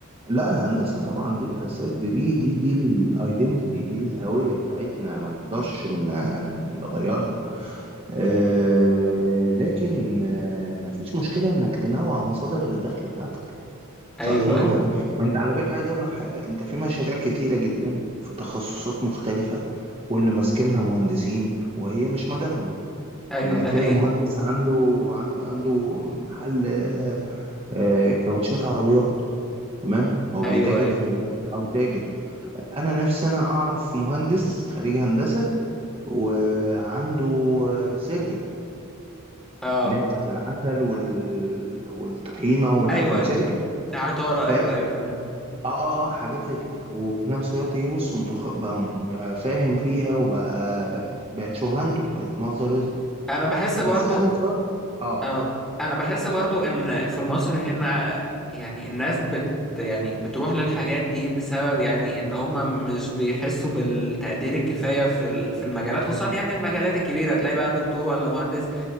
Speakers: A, on the right; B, in the centre.
A: لا الهندسة طبعا دي أساس دي دي دي, دي الايدنتيتي دي الهوية بتاعتنا ما نقدرش ن- نغيرها آه لكن آه مفيش مشكلة إنك تنوع مصادر الدخل بتاعتك
B: ايوه
A: صرف النظر
B: ايوه
A: ما انت على فكرة عايز اقول لك حاجة انت في مشاريع كتيرة جدا في تخصصات مختلفة واللي ماسكينها مهندسين وهي مش مجالهم
B: ايوه
A: يعني
B: ده
A: تلاقي
B: حقيقي
A: مهندس عنده عنده عنده محل آه، آه، كاوتشات عربيات تمام او
B: ايوه
A: بيتاجر
B: ايوه
A: في ال... او تاجر انا نفسي انا اعرف مهندس خريج هندسة وعنده آه، سرجة
B: اه
A: اللي هي بتاعت العسل وال... والطحينة والح...
B: ايوه
A: وسرجة
B: ايوه عطارة ايوه
A: فاهم؟
B: ايوه تمام
A: اه اه حاجات زي كده وفي نفس الوقت ايه بص متخ... بقى م- بقى فاهم فيها وبقى بقت بقت شغلانته بقت مصدر رزق
B: انا بحس
A: بس
B: برضو
A: انا في رأيي اه اتفضل
B: اه انا بحس برضو ان في مصر هنا يعني الناس بت يعني بتروح للحاجات دي بسبب يعني ان هما مش بيحسوا بالتقدير الكفاية في ال- في المجالات خصوصا يعني المجالات الكبيرة تلاقي بقى دكتور ولا مهندس